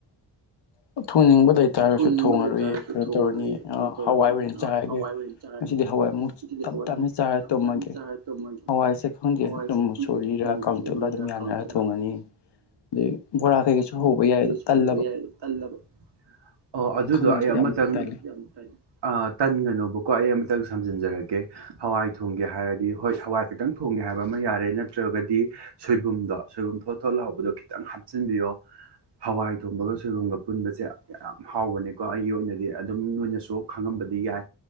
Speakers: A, on the left (about 65°); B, on the right (about 65°).
A: ꯍ ꯊꯣꯡꯅꯤꯡꯕ ꯂꯩꯇꯥꯥꯔꯁꯨ
B: ꯊꯣꯡꯅꯤꯡꯕ
A: ꯊꯣꯡꯉꯔꯨꯏ
B: ꯂꯩꯇꯥꯥꯔꯁꯨ
A: ꯀꯩꯅꯣ
B: ꯊꯣꯡꯉꯔꯣꯏꯌꯦ
A: ꯇꯧꯔꯅꯤ
B: ꯀꯩꯅꯣ ꯇꯧꯔꯅꯤ
A: ꯍꯋꯥꯏ ꯑꯣꯏꯅ ꯆꯥꯏꯔꯒꯦ
B: ꯍꯋꯥꯏ ꯑꯣꯏꯅ ꯆꯥꯔꯒꯦ
A: ꯉꯁꯤꯗꯤ ꯍꯋꯥꯏ ꯞ
B: ꯑꯗꯨꯗꯤ ꯍꯋꯥꯏ
A: ꯇꯞ
B: ꯃꯨꯛꯇ
A: ꯆꯥꯔ ꯇꯨꯝꯃꯒꯦ
B: ꯇꯨꯝꯃꯒꯦ
A: ꯍꯋꯥꯏꯁꯦ ꯈꯪꯗꯦ
B: ꯍꯋꯥꯏꯁꯦ
A: ꯑꯗꯨꯝ
B: ꯈꯪꯗꯦ
A: ꯁꯣꯔꯤꯔ
B: ꯆꯝꯅ
A: ꯀꯥꯎꯊ ꯑꯗꯨꯝ ꯌꯥꯅꯔꯒ
B: ꯀꯥꯡꯁꯣꯏ
A: ꯊꯣꯡꯉꯅꯤ ꯑꯗꯩ ꯕꯣꯔꯥ ꯀꯩꯀꯩꯁꯨ ꯍꯧꯕ ꯌꯥꯏ
B: ꯌꯥꯏꯜꯂꯕ
A: ꯇꯜꯂꯕ
B: ꯑꯣ ꯑꯗꯨꯗꯣ
A: ꯈꯪꯗꯦ
B: ꯑꯩ
A: ꯁꯤꯗꯤ
B: ꯑꯃꯇꯪ
A: ꯌꯥꯝ ꯇꯜꯂꯦ
B: ꯌꯥꯝ ꯇꯟꯒꯅꯣꯕꯀꯣ ꯑꯩ ꯑꯃꯇꯪ ꯁꯝꯖꯤꯟꯖꯔꯛꯀꯦ ꯍꯋꯥꯏ ꯊꯣꯡꯒꯦ ꯍꯥꯏꯔꯗꯤ ꯍꯣꯏ ꯍꯋꯥꯏ ꯈꯇꯪ ꯊꯣꯡꯒꯦ ꯍꯥꯏꯕ ꯑꯃ ꯌꯥꯔꯦ ꯅꯠꯇ꯭ꯔꯒꯗꯤ ꯁꯣꯏꯕꯨꯝꯗꯣ ꯁꯣꯏꯕꯨꯝ ꯊꯣꯠ ꯊꯣ ꯂ ꯍꯧꯕꯗꯣ ꯈꯤꯇꯪ ꯍꯥꯞꯆꯤꯟꯕꯤꯌꯣ ꯍꯋꯥꯏ ꯊꯣꯡꯕꯒ ꯁꯣꯏꯕꯨꯝꯒ ꯄꯨꯟꯕꯁꯦ ꯌꯥꯝ
A: <unintelligible>
B: ꯍꯥꯎꯕꯅꯦꯀꯣ ꯑꯩꯒꯤ ꯑꯣꯏꯅꯗꯤ ꯑꯗꯨꯝ ꯅꯣꯏꯅꯁꯨ ꯈꯪꯉꯝꯕꯗꯤ ꯌꯥꯏ